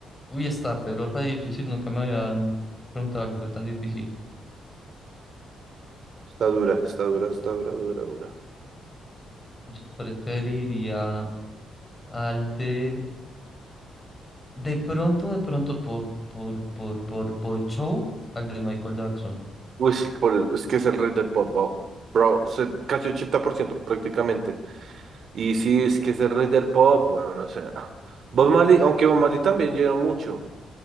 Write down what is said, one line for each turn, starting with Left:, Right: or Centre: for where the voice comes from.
Left: Uy, está, pero re difícil. Nunca me habían preguntado algo tan difícil.
Right: está dura, está dura, está dura, dura, dura.
Left: Yo preferiría al de. De pronto, de pronto, por, por, por, por, por show, al de Michael Jackson.
Right: Uy, sí, por el- es que es el rey del pop, bro. Bro, se- casi 80% prácticamente. Y sí, es que es el rey del pop, bueno, no sé. Bob Marley, aunque Bob Marley también llenó mucho.